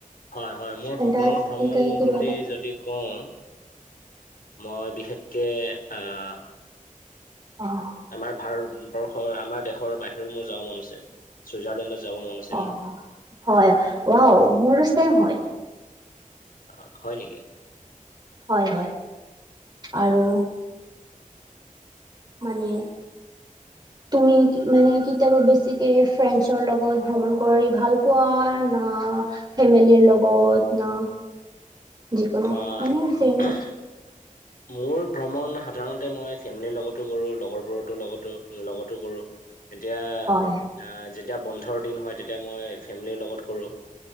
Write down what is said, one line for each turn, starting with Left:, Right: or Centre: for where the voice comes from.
Left: হয়-হয়। মোৰ সপোনত
Right: এটাৰ
Left: ভ্ৰমণ
Right: এ কিবা
Left: বুলি-
Right: এটা
Left: যদি কওঁ মই বিশেষকে আঁহ-
Right: অহ।
Left: আমাৰ ভাৰতবৰ্ষৰ আমাৰ দেশৰ বাহিৰত মোৰ যাব মন আছে, চুইজাৰলেণ্ডত যাব মন আছে
Right: অ
Left: মোৰ।
Right: হয়, ৱাও মোৰো ছেম হয়।
Left: অহ', হয় নেকি।
Right: হয়-হয়, আৰু- মানে- তুমি মানে কেতিয়াবা বেছিকে ফ্ৰেণ্ডছৰ লগত ভ্ৰমণ কৰি ভাল পোৱা না- ফেমিলি লগত না- যিকোনো
Left: মাঁ।
Right: মানে ফ্ৰেণ্ডছ
Left: <inaudible> মোৰ ভ্ৰমণ সাধাৰণতে মই ফেমিলিৰ লগতো কৰোঁ, লগৰবোৰতো লগতো কৰোঁ। এতিয়া
Right: হয়
Left: আহ', যেতিয়া বন্ধৰ দিন হয় তেতিয়া মই ফেমিলিৰ লগত কৰো।